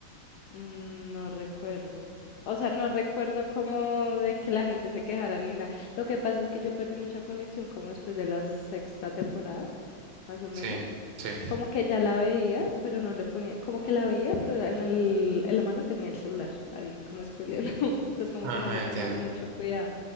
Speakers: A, on the left; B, on the right.
A: Mm, No recuerdo. O sea, no recuerdo cómo de que la gente se quejara ni nada. Lo que pasa es que yo perdí mucha conexión como después de la sexta temporada, más o menos.
B: Sí, sí.
A: Como que ya la veía, pero no le ponía, como que la veía, pero en el, en la mano tenía el celular ahí como scrolleando. <laughs> Entonces como
B: Ajá,
A: que no le ponía
B: entiendo,
A: mucho cuidado.